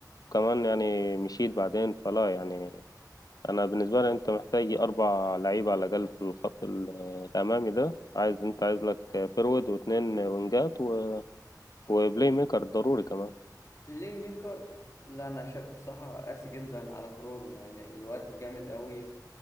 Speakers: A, on the left; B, on the left.
A: وكمان يعني مشيت بعدين فلا يعني انا بالنسبة لي انت محتاج اربع لعيبة على الاقل في الخط ال- الامامي ده عايز انت عايز لك فيرود واتنين وينجات و- وبلاي ميكر ضروري كمان
B: بلاي ميكر لا أنا شايفك صح قاسي جدا على برونو يعني الواد جامد أوي